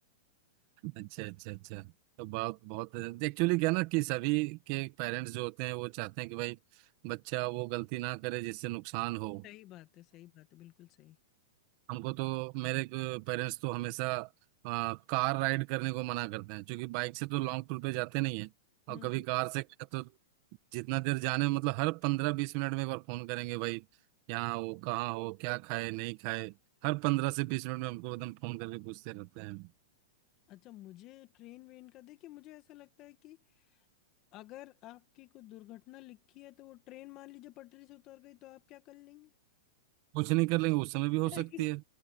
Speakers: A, on the right (about 40°); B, on the left (about 30°).
A: अच्छा अच्छा तो बहुत बहुत एक्चुअली क्या ना कि सभी के पेरेंट्स जो होते हैं वो चाहते हैं कि भाई बच्चा वो गलती ना करे जिससे नुकसान हो
B: सही बात है सही बात है बिल्कुल सही
A: हमको तो मेरे पेरेंट्स तो हमेशा आ, कार राइड करने को मना करते हैं क्योंकि बाइक से तो लॉन्ग टूर पे जाते नहीं है और
B: हम्म
A: कभी कार से गए तो जितना देर जाने मतलब हर पंद्रह बीस मिनट में एक बार फोन करेंगे भाई यहाँ हो कहाँ हो क्या खाए नहीं खाए हर पंद्रह से बीस मिनट में हमको एकदम फोन करके पूछते रहते हैं
B: अच्छा मुझे ट्रेन वेन का देखिए मुझे ऐसा लगता है कि अगर आपकी कोई दुर्घटना लिखी है तो वो ट्रेन मान लीजिए पटरी से उतर गई तो आप क्या कर लेंगे
A: कुछ नहीं कर लेंगे उस समय भी हो
B: <laughs>
A: सकती
B: है कि नहीं?
A: है